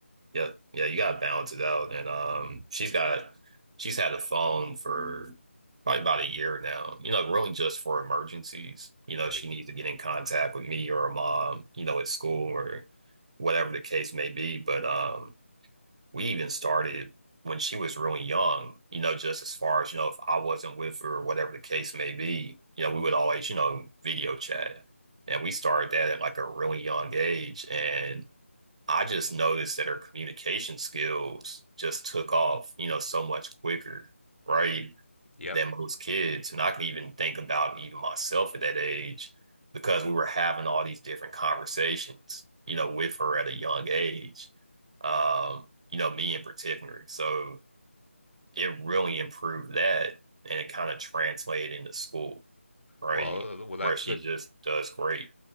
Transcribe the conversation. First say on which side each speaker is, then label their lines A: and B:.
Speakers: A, on the right; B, on the left.
A: Yeah, yeah. You gotta balance it out, and um, she's got she's had a phone for probably about a year now. You know, really just for emergencies. You know,
B: Right.
A: she needs to get in contact with me or her mom. You know, at school or whatever the case may be, but um. we even started when she was really young, you know, just as far as, you know, if I wasn't with her or whatever the case may be, you know, we would always, you know, video chat. And we started that at like a really young age. And I just noticed that her communication skills just took off, you know, so much quicker, right?
B: Yep.
A: than most kids. And I can even think about even myself at that age because we were having all these different conversations, you know, with her at a young age, um, you know, me in particular. So it really improved that and it kind of translated into school, right?
B: Well, uh, well, that's
A: Where she
B: good.
A: just does great